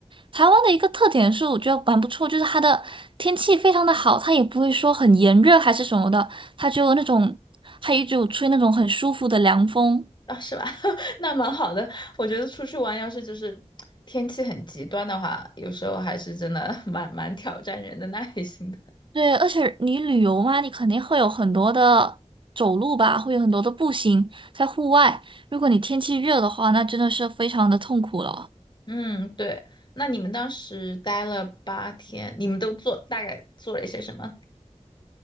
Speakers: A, on the right; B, on the left.
A: 台湾的一个特点是，我觉得蛮不错，就是它的天气非常的好，它也不会说很炎热还是什么的，它就那种，它一直有吹那种很舒服的凉风。
B: 啊，是吧？<laughs> 那蛮好的，我觉得出去玩要是就是天气很极端的话，有时候还是真的 <laughs> 蛮蛮挑战人的耐心的。
A: 对，而且你旅游嘛，你肯定会有很多的走路吧，会有很多的步行在户外。如果你天气热的话，那真的是非常的痛苦了。
B: 嗯，对。那你们当时待了八天，你们都做大概做了一些什么